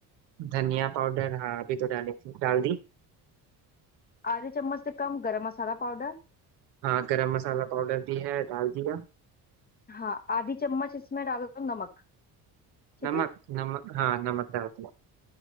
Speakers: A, on the right (about 85°); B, on the left (about 25°).
A: धनिया पाउडर हाँ अभी तो डाली थी डाल दी
B: आधे चम्मच से कम गरम मसाला पाउडर
A: हाँ गरम मसाला पाउडर भी है डाल दिया
B: हाँ आधी चम्मच इसमें डाल दो नमक ठीक
A: नमक
B: है
A: नमक हाँ नमक डाल दिया